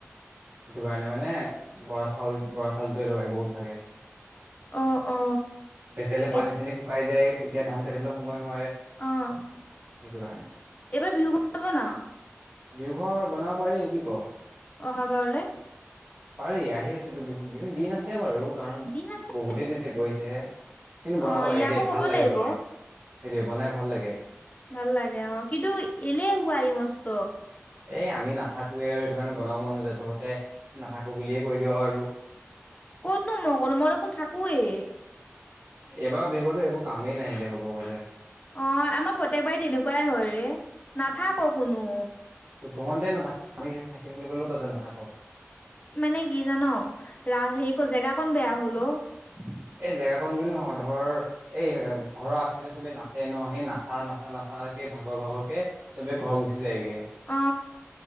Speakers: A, on the right (about 50°); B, on the left (about 30°).
A: সেইটো কাৰণে মানে বৰা চাউল বৰা চাউলটোৱে লগাই বহুত ভাগে।
B: অ অ
A: তেতিয়ালে
B: এ
A: পানী- চানী শুকাই যায় তেতিয়া ধান কাটিবলৈ সময় হয়।
B: অঁ
A: এইটো কাৰণে।
B: তুমি বিহু ঘৰ নবনোৱা?
A: বিহু ঘৰ বনাব পাৰি কি কওঁ?
B: অহা বাৰলে।
A: পাৰি আহি আছে তো। বিহু দিন আছে বাৰু কাৰণ
B: দিন আছে
A: বহুতে দিছে গৈছে। কিন্তু বনাব
B: অ
A: লাগে
B: ইয়াকো
A: দেই
B: ক'ব
A: ভাল লাগে
B: লাগিব
A: বনাই সেইটোৱেই বনাই ভাল লাগে।
B: ভাল লাগে অঁ কিন্তু এলেহুৱা ই মস্ত।
A: এই আমি নাথাকোৱেই আৰু সেইটো কাৰণে বনাব মানুহ যে তহঁতে নাথাকো বুলিয়ে কৈ দিওঁ আৰু।
B: ক'তনো মগল মই দেখোন থাকোৱেই।
A: এইবাৰ বিষৰতো একো কামেই নাহিলে ক'ব গলে।
B: অ আমাৰ প্ৰতয়েকবাৰী তেনেকুৱাই হয় ৰে, নাথাক কোনো।
A: ভোমতে নাথাক আমি থাকিম বুলি কলেও তাতে নাথাকো।
B: মানে কি জান, ৰা হেৰি জেগা কন বেয়া হল অ।
A: উ। এই জেগাখনন বুলি নহয়, ধৰ এই ঘৰৰ আগফালে চবেই নাচে ন সেই নাচা নাচা নাচা। কে ভাগৰ ভাগৰ কে চবে ঘৰ গুচি যায়গে।
B: অ